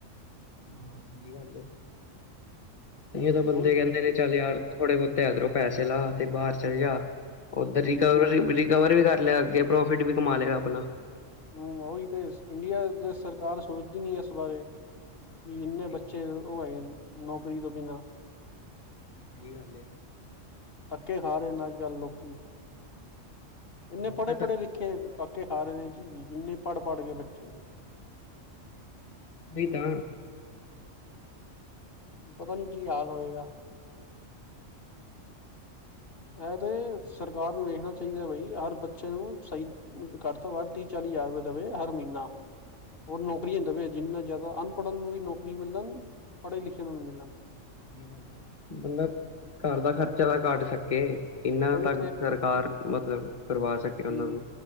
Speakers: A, on the left; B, on the left.
A: ਹਾਂ ਸਹੀ ਗੱਲ ਇ ਤਾਂ
B: ਹੁਣ
A: ਬੰਦੇ ਕਹਿੰਦੇ ਨੇ ਚੱਲ ਯਾਰ ਥੋੜੇ ਬਹੁਤੇ ਤੇ ਅਗਰੋਂ ਪੈਸੇ ਲਾ ਤੇ ਬਾਹਰ ਚਲ ਜਾ
B: ਹਮ
A: ਉੱਧਰ ਰਿਕਵਰ ਰਿਕਵਰ ਵੀ ਕਰ ਲਿਆ ਅੱਗੇ ਪ੍ਰੋਫਿਟ ਵੀ ਕਮਾ ਲਏਗਾ ਆਪਣਾ
B: ਹਮ ਉਹੀ ਤੇ ਇੰਡੀਆ ਦੇ ਸਰਕਾਰ ਸੋਚਦੀ ਨੀ ਇਸ ਬਾਰੇ ਕਿ ਇੰਨੇ
A: ਸਹੀ
B: ਬੱਚੇ
A: ਗੱਲ
B: ਉਹ ਆਏ ਨੌਕਰੀ ਤੋਂ ਬਿਨਾਂ
A: ਇਹੀ ਗੱਲ ਏ
B: ਧੱਕੇ ਖਾ ਰਹੇ ਨੇ ਅੱਜ ਕੱਲ੍ਹ ਲੋਕੀ ਇੰਨੇ ਪੜ੍ਹੇ
A: ਬੜੇ ਤੱਕ
B: ਪੜ੍ਹੇ ਲਿਖੇ ਪਾਕੇ ਹਾਰੇ ਨੇ ਕਿ ਇੰਨੇ ਪੜ੍ਹ ਪੜ੍ਹ ਗਏ ਬੱਚੇ
A: ਨਹੀਂ ਤਾਂ
B: ਪਤਾ ਨੀ ਜੀ ਹਾਲ ਹੋਏਗਾ ਅ ਤੇ ਸਰਕਾਰ ਨੂੰ ਵੇਖਣਾ ਚਾਹੀਦਾ ਬਈ ਹਰ ਬੱਚੇ ਨੂੰ ਸਹੀ ਘ ਤੋਂ ਤੀਹ ਚਾਲੀ ਹਜ਼ਾਰ ਰੁਪਏ ਦੇਵੇ ਹਰ ਮਹੀਨਾ <inaudible> ਹੋਰ ਨੌਕਰੀਆਂ ਦੇਵੇ ਜਿੰਨਾ ਜ਼ਿਆਦਾ ਅਨਪੜ੍ਹਨ ਨੂੰ ਵੀ ਨੌਕਰੀ ਮਿਲਣ ਪੜ੍ਹੇ ਲਿਖੇ ਨੂੰ ਵੀ ਮਿਲਣ
A: ਗੱਲ ਬੰਲਬ ਘਰ ਦਾ ਖਰਚਾ ਤਾਂ ਕੱਟ ਸਕੇ ਇਨਾਂ
B: ਉਹੀ
A: ਤੱਕ ਸਰਕਾਰ ਮਤਲਬ ਕਰਵਾ ਸਕੇ ਉਹਨਾਂ
B: ਹਮ
A: ਨੂੰ।